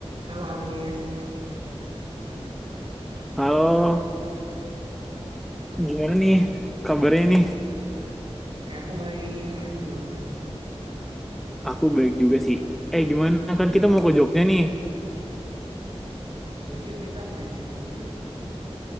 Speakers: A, on the right; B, in the centre.
A: Halo Arif,
B: Halo, gimana nih kabarnya nih?
A: oke aku baik. Arif gimana?
B: Aku baik juga sih. Eh, gimana kan kita mau ke Jogja nih?
A: Iya, yuk kita planning dulu yuk.